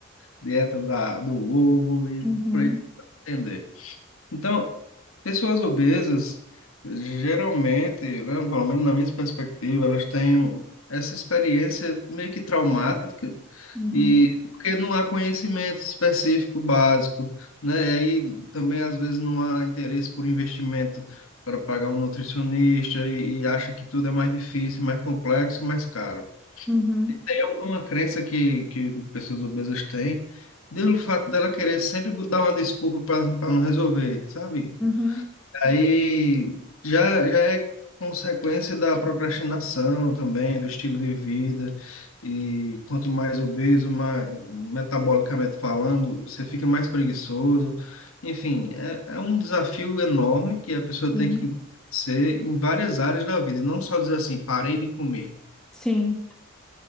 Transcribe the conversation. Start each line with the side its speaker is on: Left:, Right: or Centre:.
Left: dieta da, do ovo e
Centre: Uhum,
Left: por aí entender. Então, pessoas obesas, geralmente, né, pelo menos na minha perspectiva, elas têm essa experiência meio que traumática,
Centre: uhum,
Left: e porque não há conhecimento específico básico, né? E aí também, às vezes, não há interesse por investimento para pagar um nutricionista e, e acha que tudo é mais difícil, mais complexo, mais caro.
Centre: uhum,
Left: É um, uma crença que, que pessoas obesas têm, pelo fato dela querer sempre dar uma desculpa para não resolver, sabe?
Centre: uhum,
Left: Aí já, já é consequência da procrastinação também, do estilo de vida. E quanto mais obeso, mais, metabolicamente falando, você fica mais preguiçoso. Enfim, é, é um desafio enorme que a pessoa
Centre: sim,
Left: tem que ser em várias áreas da vida, e não só dizer assim, parei de comer.
Centre: Sim,